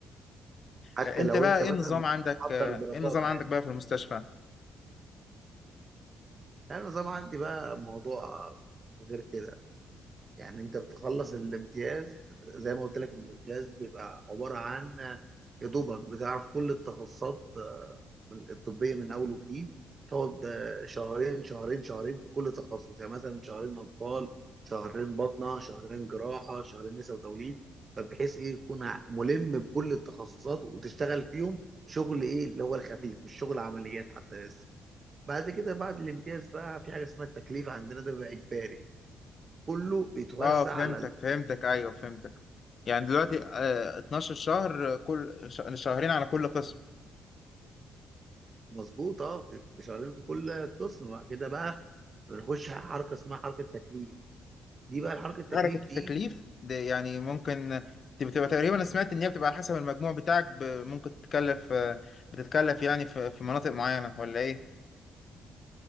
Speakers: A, on the right; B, on the left.
A: حتى
B: آه، انت
A: لو
B: بقى
A: انت
B: ايه
A: مثلا
B: النظام عندك
A: محضر
B: آه،
A: دراسات
B: ايه النظام
A: عادي
B: عندك بقى في المستشفى
A: انا زي ما عندي بقى موضوع غير كده يعني انت بتخلص الامتياز زي ما قلت لك ان الامتياز بيبقى عباره عن يا دوبك بتعرف كل التخصصات آه، الطبيه من اول وجديد تقعد آه، شهرين شهرين شهرين في كل تخصص يعني مثلا شهرين اطفال شهرين باطنه شهرين جراحه شهرين نساء وتوليد فبحيث ايه تكون ملم بكل التخصصات وتشتغل فيهم شغل ايه اللي هو الخفيف مش شغل عمليات حتى لسه بعد كده بعد الامتياز بقى في حاجه اسمها التكليف عندنا ده بقى اجباري كله بيتوزع
B: اه فهمتك
A: على
B: فهمتك ايوه فهمتك يعني دلوقتي آه، 12 شهر آه، كل ش- شهرين على كل قسم
A: مظبوط اه بيبقوا شغالين في كل قسم وبعد كده بقى بنخش على حركه اسمها حركه تكليف دي بقى الحركه التكليف
B: حركة التكليف
A: دي
B: دي يعني ممكن دي بتبقى تقريبا أنا سمعت إن هي بتبقى على حسب المجموع بتاعك ب- ممكن تتكلف بتتكلف يعني في في مناطق معينة ولا إيه؟